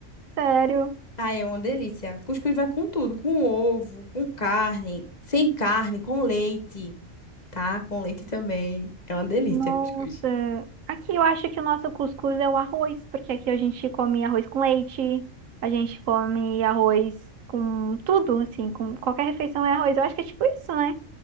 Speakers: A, on the right (about 85°); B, on the left (about 35°).
A: Sério.
B: Ai, é uma delícia. Cuscuz vai com tudo, com ovo, com carne, sem carne, com leite, tá? Com leite também. É uma delícia,
A: Nossa.
B: cuscuz.
A: Aqui eu acho que o nosso cuscuz é o arroz, porque aqui a gente come arroz com leite, a gente come arroz com tudo, assim, com qualquer refeição é arroz. Eu acho que é tipo isso, né?